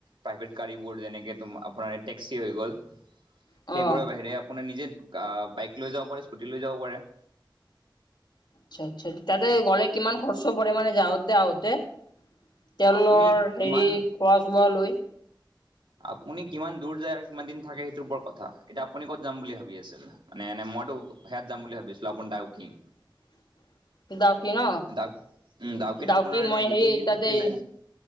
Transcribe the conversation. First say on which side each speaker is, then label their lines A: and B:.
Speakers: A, on the right (about 75°); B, on the left (about 60°).
A: প্ৰাইভেট গাড়ীবোৰ, যেনেকে তোমা-আপোনাৰ টেক্সি হৈ গ'ল।
B: অ',
A: সেইবোৰৰ বাহিৰে আপোনাৰ নিজে বাইক লৈও যাব পাৰে, স্কুটি লৈ যাব পাৰে।
B: আচ্ছা আচ্ছা, তাতে গ'লে কিমান খৰচ পৰে মানে যাওঁতে আহোঁতে? তেলৰ,
A: আপুনি
B: হেৰি,
A: কিমান
B: খোৱা চোৱা লৈ?
A: আপুনি কিমান দূৰ যায় আৰু কিমান দিন থাকে সেইটোৰ ওপৰত কথা, এতিয়া আপুনি ক'ত যাম বুলি ভাৱি দাদা? মানে এনে মইতো হেয়াত যাম বুলি ভাৱি আছিলোঁ, আপোনাৰ ডাউকী।
B: <unintelligible> ডাউকী ন,
A: ডাউ উম ডাউকিত
B: ডাউকী
A: আপোনাৰ এনে
B: মই
A: দুই
B: হেৰি
A: তিনিদিন
B: তাতে-
A: থাকিলে